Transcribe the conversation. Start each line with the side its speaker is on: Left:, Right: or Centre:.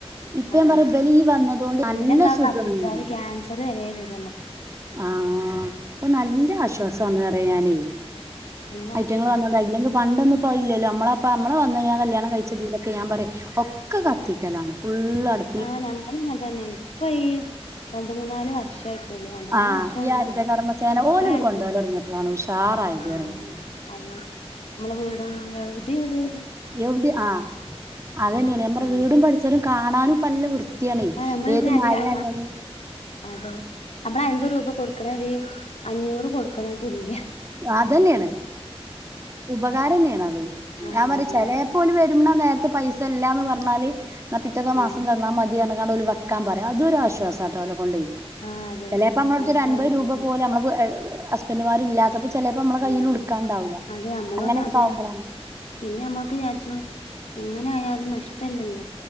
Right: ഇപ്പൊ
Left: ആഹ്
Right: ഞാൻ പറയാ ഇബല് ഈ വന്നതുകൊണ്ട്
Left: പിന്നെ
Right: നല്ല
Left: എന്താ
Right: സുഖാണ്
Left: കത്തിച്ചാല്
Right: പറയും
Left: ക്യാൻസർ വരെ വരും മ്മക്ക്.
Right: ആഹ് പ്പൊ നല്ല ആശ്വാസാണെന്ന് പറിം ഞാനേയ്.
Left: നല്ല
Right: ഐറ്റങ്ങൾ
Left: ആശ്വാസ
Right: വന്നത ഇല്ലങ്ക പണ്ടന്നുപ്പൊ ഇല്ലോല്ലോ അമ്മളെപ്പൊ മ്മളേ വന്ന് കല്യാണം കയി ച്ച തിലൊക്കെ ഞാം പറിം ഒക്കെ കത്തിക്കലാണ് ഫുള്ള് അട്
Left: ആഹ് ഞങ്ങള് ഇങ്ങൻ തന്നെ ഇപ്പ ഈ രണ്ട് മൂന്നാല് വർഷായി രണ്ട് മൂന്ന്
Right: ആ
Left: വർഷായിന്നാറിന്
Right: ഈ ഹരിത കർമ്മസേന
Left: അത്രേ
Right: ഓലോട്
Left: ആയിട്ടെള്ളൂ
Right: കൊണ്ടുപോകൽ തുടങ്ങിയപ്പോഴാണ് ഉഷാറായത്
Left: ആഹ്.
Right: അറിയാൻ
Left: അതെ നമ്മള വീട് <unintelligible> എവിടെ ഒര്
Right: എവടെ ആഹ്, അത് തന്നേണ് നമ്മടെ
Left: അതുകൊണ്ട്
Right: വീടും പരിസരം കാണാനുംപ്പ നല്ല വൃ ത്തിആണയ്
Left: ആ നമ്മള്
Right: ഏതു
Left: ഒരു അരി
Right: മഴയാലും
Left: ആ അതെ നമ്മള് അയ്മ്പത് രൂപ കൊടുക്കണര് അഞ്ഞൂറ് കൊടുക്ക്ണേന് തുല്യാ.
Right: അതന്നേണ് ഉപകാരം ന്നേണ് അത്
Left: ആ
Right: ഞാം
Left: ഉപകാരം
Right: പറിം ചേലേ പ്പൊ ഓല് വരുന്ന നേര്ത്ത് പൈസ ഇല്ലാന്ന് പർഞ്ഞാല് ന്നാ പിറ്റത്തെ മാസം
Left: ഉം
Right: തന്നാ മതീർഞ് ന്നാ ഓര് വെക്കാം പറയ അതൊര് ആശ്വാസാട്ടോ ഓലെ കൊണ്ടയ്.
Left: ആ അതെ
Right: ചെലേപ്പോ അമ്മളടുത്തൊരു അൻപത്
Left: അതൊക്കെ
Right: രൂപ പോലെ അമ്മളെ വേ ഹസ് ഹസ്ബൻ്റ് മാര്ല്ലാത്തപ്പോ ചെലേപ്പോ അമ്മളെ കയ്യിലുട്ക്കാണ്ടാവൂലാ
Left: ആഹ് അതെ നമ്മളോര
Right: അങ്ങനെക്കെ
Left: അതെ
Right: ആവുമ്പളാണ്
Left: പിന്നെ അമ്മക്ക് ചാര്ച്ചു എങ്ങനെ ആയാലും നഷ്ട്ടല്ലല്ലോ.